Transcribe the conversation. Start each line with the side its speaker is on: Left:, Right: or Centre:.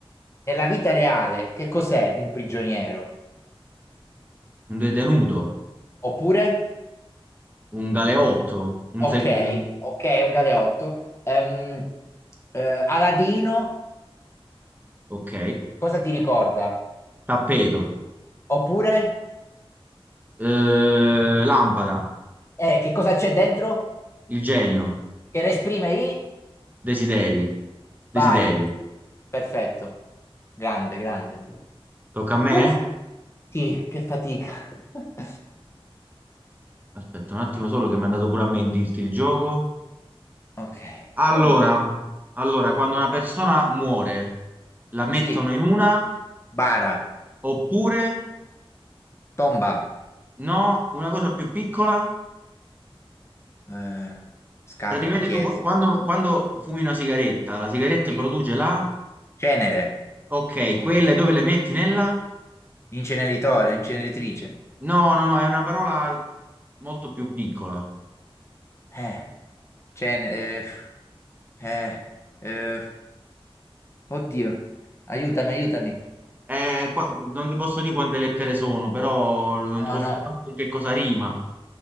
Left: Nella vita reale, che cos'è un prigioniero?
Right: Un detenuto.
Left: Oppure?
Right: Un galeotto. Un,
Left: Ok,
Right: seg- un-
Left: ok, è un galeotto. Ehm, eh, Aladino,
Right: Ok.
Left: cosa ti ricorda?
Right: Tappeto.
Left: Oppure?
Right: Eh, lampada.
Left: Eh, che cosa c'è dentro?
Right: Il genio.
Left: Che esprime i?
Right: Desideri.
Left: Vai,
Right: Desiderio.
Left: perfetto. Grande, grande.
Right: Tocca a me?
Left: Uff, sì, che fatica. <laughs>
Right: Aspetta un attimo solo che mi è andato pure a me in dirti il gioco.
Left: Ok.
Right: Allora,
Left: Oh,
Right: allora, quando una persona muore, la mettono
Left: Sì,
Right: in una,
Left: bara,
Right: oppure
Left: tomba,
Right: no, una cosa più piccola,
Left: eh, scatola,
Right: praticamente
Left: chiesa.
Right: tu qu- quando, quando fumi una sigaretta, la sigaretta
Left: Sì,
Right: produce la,
Left: cenere,
Right: ok, quelle dove le metti nella?
Left: inceneritore, inceneritrice.
Right: No, no, no, è una parola molto più piccola.
Left: Eh, cenere, eh, eh, eh, oddio, aiutami, aiutami.
Right: Eh, qua- non ti posso dire quante lettere sono, però non
Left: No,
Right: ti posso
Left: no.
Right: dire manco con che cosa rima.